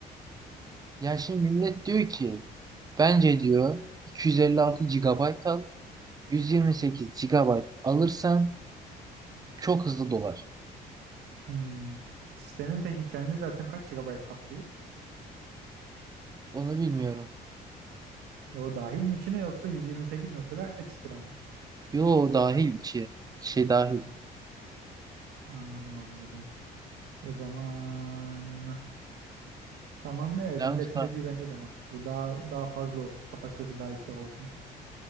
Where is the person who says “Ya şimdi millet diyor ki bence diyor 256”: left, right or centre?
Right